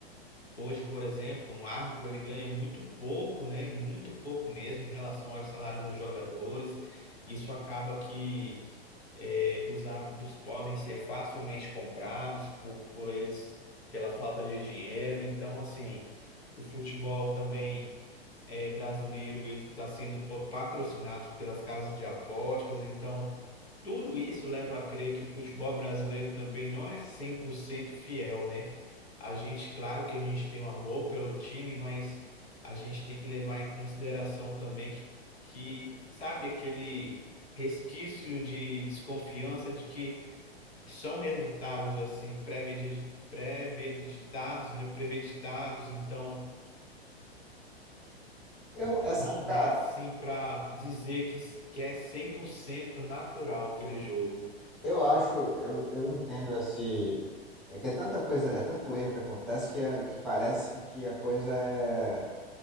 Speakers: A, on the left; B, in the centre.
A: hoje, por exemplo, um árbitro ele ganha muito pouco, né? Muito pouco mesmo em relação aos salários dos jogadores. Isso acaba que é, os árbitros podem ser facilmente comprados por, por eles pela falta de dinheiro. Então, assim, o futebol também é, brasileiro ele está sendo po- patrocinado pelas casas de apostas. Então, tudo isso leva a crer que o futebol brasileiro também não é 100% fiel, né? A gente, claro que a gente tem um amor pelo time, mas a gente tem que levar em consideração também que, que sabe, aquele resquício de desconfiança de que são resultados assim pré-medidi- pré-meditados, né, premeditados, então
B: Eu não, essa,
A: não dá
B: cara,
A: assim para dizer que, que é 100% natural aquele jogo.
B: eu acho, eu, eu entendo esse. É que é tanta coisa, é tanto erro que acontece que, é- que parece que a coisa é.